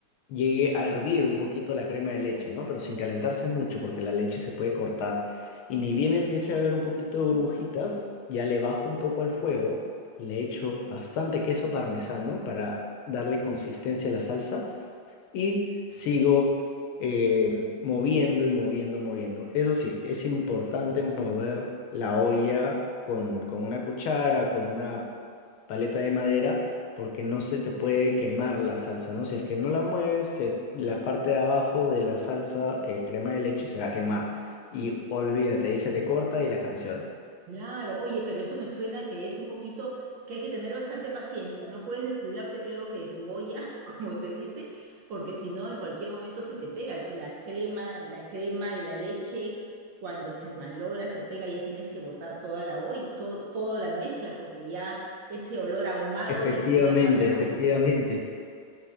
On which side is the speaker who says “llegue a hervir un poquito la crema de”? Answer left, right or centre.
Left